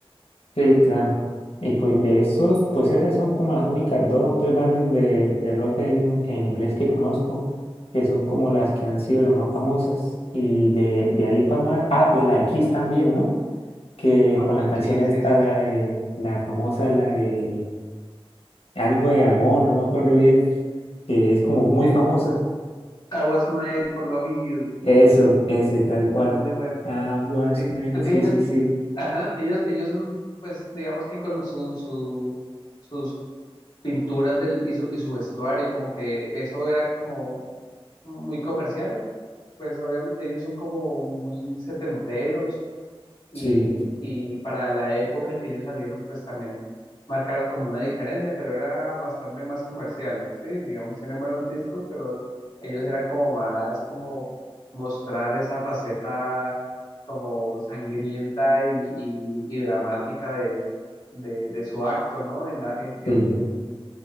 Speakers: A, on the left; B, on the left.
A: Sí, claro. Y pues de esos, pues esas son como las únicas dos o tres bandas de, de rock en, en inglés que conozco, que son como las que han sido las más famosas. Y de, de ahí para más, ah, pues la de Kiss también, ¿no? Que
B: Ah, bueno,
A: con la canción
B: Kiss,
A: esta,
B: sí, esas.
A: la de, la famosa, la de algo de amor, no me acuerdo bien, que es como muy
B: eh,
A: famosa.
B: I was made for love you.
A: Eso, ese, tal cual.
B: Eso es muy bueno,
A: I was
B: sí.
A: made,
B: Aunque
A: sí,
B: ellos,
A: sí, sí,
B: ajá, ellos, ellos son, pues, digamos que con su, su, sus pinturas del, y su, y su vestuario, como que eso era como muy comercial. Pues obviamente ellos son como muy setenteros, y,
A: sí,
B: y para la época en que ellos salieron, pues también marcaron como una diferencia, pero era bastante más comercial, ¿sí? Digamos, tienen buenos discos, pero ellos eran como más como mostrar esa faceta como sangrienta y, y- y dramática de, de, de su acto, ¿no? En la, en, en,
A: sí.
B: en,